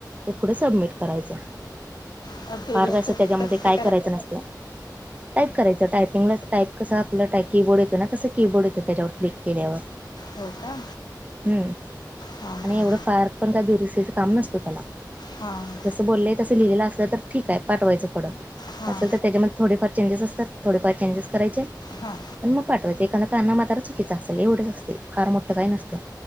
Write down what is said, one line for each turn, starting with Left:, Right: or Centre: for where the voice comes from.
Right: ते पुढे सबमिट करायचं
Left: हां दुरुस्त
Right: फार काय अस त्याच्यामध्ये
Left: कसं
Right: काय करायचं नसत. टाईप करायचं टायपिंगला टाईप कसं आपलं टाई कीबोर्ड येत ना तसं कीबोर्ड येत त्याच्यावर क्लिक केल्यावर
Left: हो का
Right: हम्म
Left: हां
Right: आणि
Left: हां
Right: एवढं फार पण काय दुरुस्तीच काय काम नसतं त्याला.
Left: हा.
Right: जसं बोललंय तसं लिहिलेलं असलं तर ठीकये पाठवायचं पुढ
Left: हां
Right: नसेल तर त्याच्यामध्ये थोडेफार चेंजेस असतात थोडेफार चेंजेस करायचे
Left: हा.
Right: मग पाठवायचं एखादा कान्ना मात्रा चुकीच असेल एवढच असतय फार मोठं काही नसंतय.